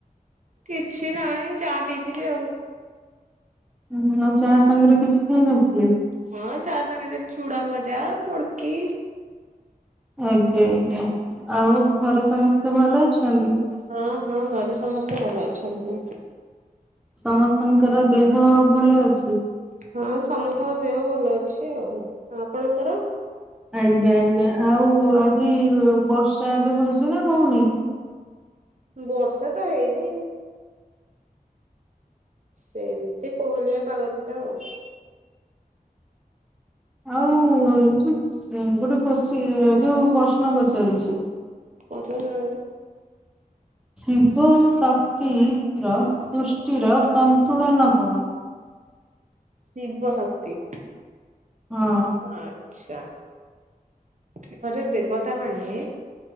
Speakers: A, on the right; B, in the centre.
A: କିଛିନାହିଁ ଚାଆ ପିଇଥିଲି ଆଉ।
B: ହୁଁ ହୁଁ। ଆଉ ଚାହା ସାଙ୍ଗରେ କିଛି ଖାଇ ନଥିଲେ?
A: ହଁ ଚା ସାଙ୍ଗରେ ଚୁଡ଼ାଭଜା ମୁଡ଼କି।
B: ଆଜ୍ଞା ଆଜ୍ଞା। ଆଉ ଘରେ ସମସ୍ତେ ଭଲ ଅଛନ୍ତି?
A: ହଁ ହଁ ଘରେ ସ ସମସ୍ତେ ଭଲ ଅଛନ୍ତି।
B: ସମସ୍ତଙ୍କର ଦେହ ଭଲ ଅଛି?
A: ହଁ ସମସ୍ତଙ୍କର ଦେହ ଭଲ ଅଛି ଆଉ। ଆପଣଙ୍କର?
B: ଆଜ୍ଞା ଆଜ୍ଞା। ଆଉ ଆଜି ବର୍ଷା ଏବେ ହଉଛି ନା ହଉନି?
A: ବର୍ଷା ତ ହେଇନି ସେମିତି କୋହଲିଆ ପାଗ ଥିଲା ଆଉ।
B: <inaudible> ଆଉ ଯୋଉ ଗୋଟେ କୋ୍ସଚି ଯୋଉ ପ୍ରଶ୍ନ ପଚାରୁଛି।
A: ପଚାରୁନାହାନ୍ତି।
B: ଶିବ ଶକ୍ତିର ସୃଷ୍ଟିର ସନ୍ତୁଳନ କଣ?
A: ଶିବଶକ୍ତି।
B: ହଁ।
A: ଆଚ୍ଛା। ଥରେ ଦେବତାମାନେ